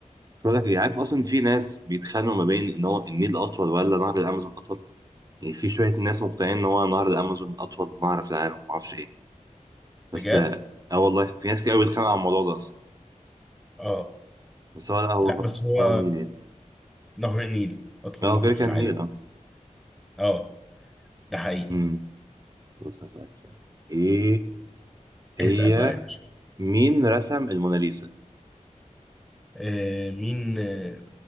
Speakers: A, on the right (about 30°); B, in the centre.
A: بقول لك إيه، عارف اصلا ان في ناس بيتخانقوا ما بين ان هو النيل اطول ولا نهر الامازون اطول يعني في شوية ناس مقتنعين إن هو نهر الأمازون أطول نهر في العالم معرفش إيه
B: بجد
A: بس آه آه والله في ناس كتير أوي بتتخانق على الموضوع ده أصلا
B: اه
A: بس هو لا هو
B: لا بس هو
A: هو النيل يعني
B: نهر النيل أطول
A: هو
B: نهر
A: كده
B: في
A: كان
B: العالم
A: النيل أه
B: اه ده حقيقي
A: أمم بص هسألك سؤال إيه هي
B: اسأل بقى يا باشا
A: مين رسم الموناليزا؟
B: آه مين آه